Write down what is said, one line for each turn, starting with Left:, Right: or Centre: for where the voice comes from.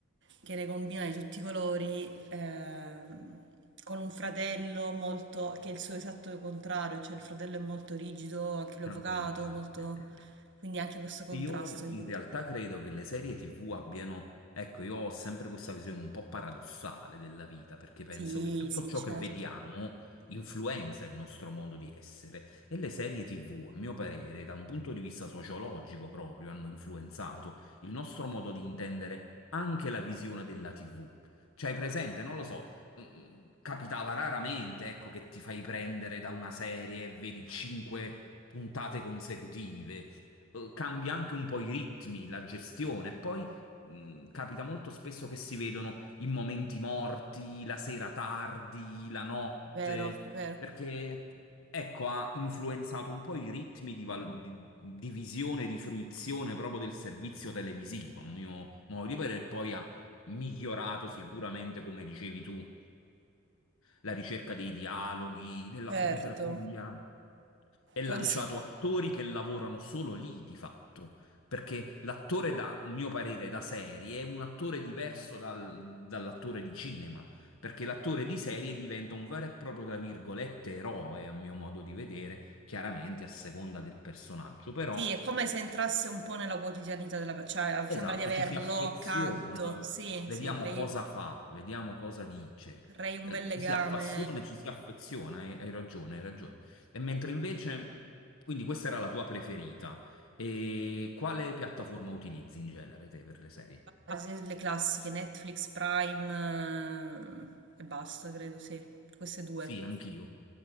Right: che ne combina di tutti i colori, ehm, con un fratello molto, che è il suo esatto contrario, cioè il fratello è molto rigido, anche lui
Left: Tranquillo.
Right: avvocato,
Left: Ah,
Right: molto
Left: ok, ok, ok.
Right: quindi anche questo contrasto
Left: E Io
Right: aiuta.
Left: in realtà credo che le serie TV abbiano, ecco, io ho sempre questa visione un po' paradossale della vita, perché penso
Right: Sì,
Left: che tutto
Right: sì,
Left: ciò
Right: certo.
Left: che vediamo influenza il nostro modo di essere e le serie TV, a mio parere, da un punto di vista sociologico proprio, hanno influenzato il nostro modo di intendere anche la visione della TV. Cioè, presente, non lo so, mm, mm, capitava raramente, ecco, che ti fai prendere da una serie e vedi cinque puntate consecutive eh, cambia anche un po' i ritmi, la gestione. Poi mh, capita molto spesso che si vedono in momenti morti, la sera tardi, la notte,
Right: Vero, vero.
Left: perché ecco, ha influenzato un po' i ritmi di, val- di- di visione, di fruizione proprio del servizio televisivo, a mio modo di vedere, e poi ha migliorato sicuramente, come dicevi tu, la ricerca dei dialoghi, della
Right: Certo.
Left: fotografia è lanciato
Right: Consi-
Left: attori che lavorano solo lì di fatto, perché l'attore da, mio parere, da serie è un attore diverso dal- dall'attore di cinema, perché l'attore di serie diventa un vero e proprio, tra virgolette, eroe, a mio modo di vedere, chiaramente a seconda del personaggio, però
Right: sì, è come se entrasse un po' nella quotidianità della persona, cioè ah,
Left: Esatto,
Right: sembra di averlo
Left: ci si affeziona,
Right: accanto. Sì,
Left: vediamo
Right: sì, crei,
Left: cosa fa, vediamo cosa dice,
Right: crei un
Left: eh,
Right: bel
Left: ci
Right: legame.
Left: si appassiona, ci si affeziona, hai, hai ragione, hai ragione. E mentre invece, quindi questa era la tua preferita, e quale piattaforma utilizzi in genere te per le serie?
Right: Ah, sì, Le classiche, Netflix, Prime eh, e basta, credo, sì. Queste due.
Left: Sì, anch'io.